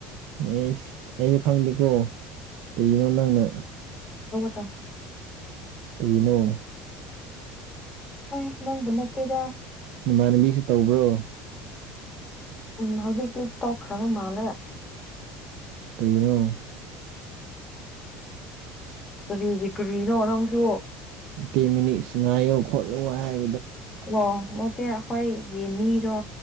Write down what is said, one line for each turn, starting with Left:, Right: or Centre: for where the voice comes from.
Right: ꯑꯩ ꯑꯩꯁꯨ ꯈꯪꯗꯦꯀꯣ ꯀꯔꯤꯅꯣ ꯅꯪꯅ
Left: ꯀꯨꯠꯇ
Right: ꯀ꯭ꯔꯤꯅꯨ
Left: ꯑ ꯅꯪ ꯅꯠꯇꯦꯗ
Right: ꯅꯃꯥꯟꯕꯤꯁꯤ ꯇꯧꯕ꯭ꯔꯣ
Left: ꯎꯝ ꯍꯧꯖꯤꯛꯇꯤ ꯇꯣꯛꯈ꯭ꯔꯕ ꯃꯥꯜꯂꯦ
Right: ꯀ꯭ꯔꯤꯅꯣ
Left: ꯀꯔꯤꯒꯤ ꯀꯔꯤꯅ ꯑꯣꯅꯁꯨꯣ
Right: ꯇ ꯃꯤꯅꯤ ꯁ ꯉꯥꯏꯣ ꯈꯣꯜꯂ ꯍꯥꯏ
Left: ꯑꯣ ꯃꯠꯇꯦ ꯑꯩꯈꯣꯏꯒꯤ ꯃꯤꯗꯣ